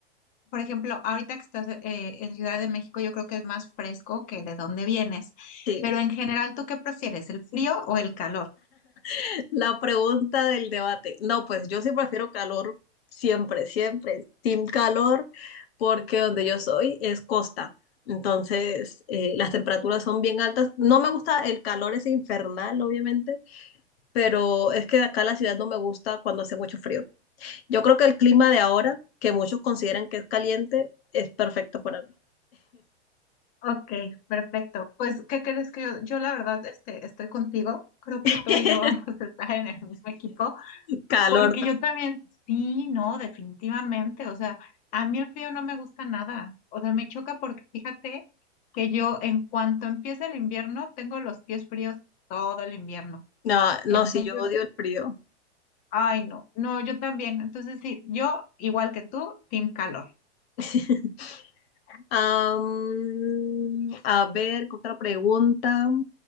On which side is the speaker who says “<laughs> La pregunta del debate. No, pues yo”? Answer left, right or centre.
Left